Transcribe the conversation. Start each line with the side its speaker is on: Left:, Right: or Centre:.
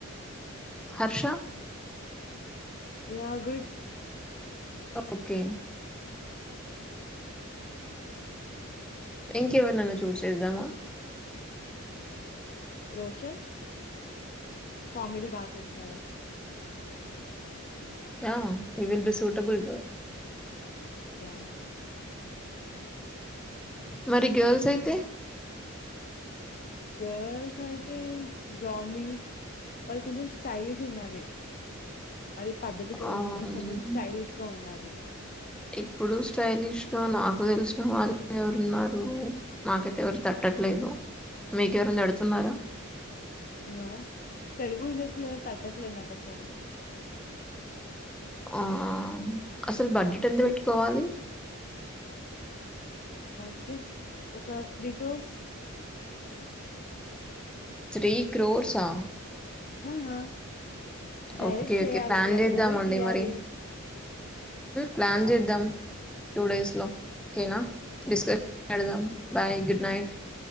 Left: హ
Centre: 'హర్ష'.
Left: <inaudible> యా గుడ్
Centre: ఓకే ఇంకెవరినైనా చూస్ చేద్దామా
Left: రోషన్ కామెడీ బాగా చేస్తారు
Centre: ఆ he will be suitable
Left: yeah
Centre: మరి గర్ల్స్
Left: హ్మ్.
Centre: అయితే
Left: గర్ల్స్ అయితే జాంబి వాళ్ళు కొంచెం స్టైలిష్ ఉండాలి అది పద్ధతి కాకుండా
Centre: ఆహ్
Left: కొంచెం స్టైలిష్ గా ఉండాలి
Centre: ఇప్పుడు స్టైలిష్ గా నాకు తెలిసిన వాళ్ళు ఎవరు ఉన్నారు నాకైతే ఎవరు తట్ట తట్టలేదు మీ కేవరైనా తడుతున్నారా
Left: హలో తెలుగు ఇండస్ట్రీలోనే తట్టట్లేదు నాకసలు
Centre: ఆ అసలు బడ్జెట్ ఎంత పెట్టుకోవాలి
Left: బడ్జెట్ ఒక త్రి క్రోర్స్
Centre: త్రీ క్రోర్ససా
Left: ఆ ఆ Direct
Centre: okay.
Left: చెయాలి
Centre: ఓకే. ప్లాన్
Left: ఆ
Centre: చేద్దామండి
Left: మూవీ తీయాలి
Centre: మరి. ప్లాన్
Left: యాహ్!
Centre: చేద్దాం టూ డేస్ లో ఓకేనా డిస్కస్ పెడదాం bye good night